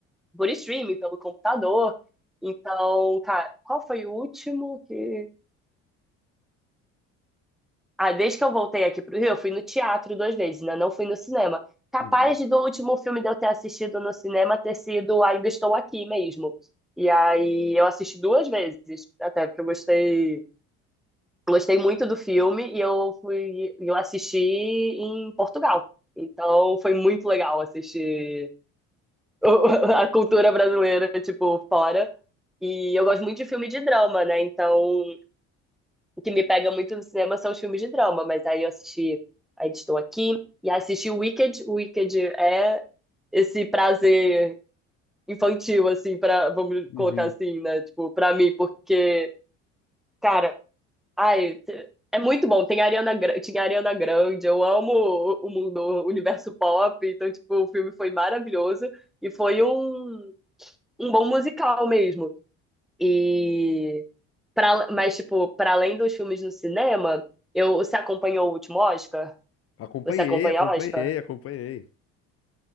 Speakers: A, in the centre; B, on the left (about 45°).
A: por streaming, pelo computador. Então, cara, qual foi o último que Ah, desde que eu voltei aqui pro Rio, eu fui no teatro duas vezes, né? Não fui no cinema. Capaz
B: Uhum.
A: de do último filme de eu ter assistido no cinema ter sido Ainda Estou Aqui mesmo. E aí eu assisti duas vezes, até porque eu gostei, gostei muito do filme e eu fui, eu assisti em Portugal. Então foi muito legal assistir <laughs> a cultura brasileira, tipo, fora. E eu gosto muito de filme de drama, né? Então o que me pega muito no cinema são os filmes de drama, mas aí eu assisti Ainda Estou Aqui e assisti Wicked. Wicked é esse prazer infantil, assim, pra, vamos
B: Uhum.
A: colocar assim, né? Tipo, pra mim, porque, cara, ai, é muito bom. Tem a Ariana, Gra- tinha a Ariana Grande, eu amo o o mundo, o universo pop, então, tipo, o filme foi maravilhoso e foi um, um bom musical mesmo. E pra, mas, tipo, para além dos filmes no cinema, eu, você acompanhou o último Oscar?
B: Acompanhei,
A: Você acompanha
B: acompanhei,
A: Oscar?
B: acompanhei.